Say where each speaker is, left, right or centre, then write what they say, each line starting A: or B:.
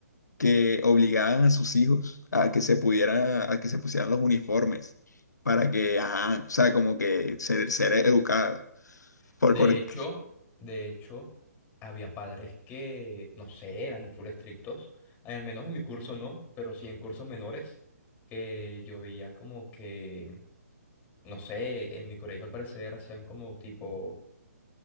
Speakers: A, on the left; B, on the left.
A: que obligaban a sus hijos a que se pudiera, a que se pusieran los uniformes para que, ajá, o sea, como que ser, ser educada. Por,
B: De
A: por-
B: hecho, de hecho, había padres que, no sé, eran full estrictos. Al menos en mi curso no, pero sí en cursos menores que yo veía como que No sé, en mi colegio al parecer hacían como tipo,